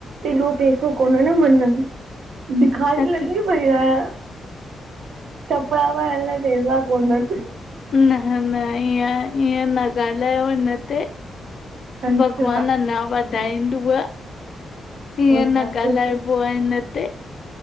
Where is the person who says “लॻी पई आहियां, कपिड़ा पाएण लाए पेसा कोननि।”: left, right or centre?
Right